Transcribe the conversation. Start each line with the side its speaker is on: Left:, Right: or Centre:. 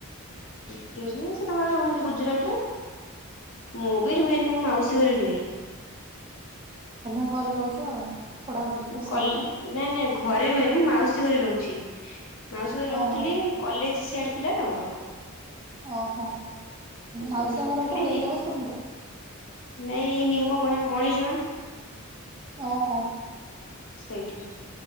Left: ଏ ଅଛନ୍ତି ସେ ତାଙ୍କର ରୁହନ୍ତି ଗୁଜୁରାଟରେ। ମୁଁ ବି ରୁହେନି ମୁଁ ମାଉସୀ ଘରେ ରୁହେ।
Right: ତମେ ଘରେ ରହୁଛ ଆଉ। ପଢ଼ାପଢ଼ି ତ
Left: ମୁଁ
Right: ସରିଲାଣି
Left: କଲେ ନାଇଁ ନାଇଁ। ଘରେ ରୁହେନି ମୁଁ ମାଉସୀ ଘ ରହୁଛି ମାଉସୀ ଘ ରହୁଥିଲି
Right: ଓହୋ
Left: କଲେଜ ସଆଡେ ଥିଲା ତମର।
Right: ଓହଁ ମାଉସୀ
Left: ଘରେ ରହୁଥିଲି
Right: ଘର କୋଉଠି ଜଗତସିଂହପୁରରେ।
Left: ନାଇଁ ନିମପଡା ମୈଯ
Right: ଅ ହଁ।
Left: ସେଇଠି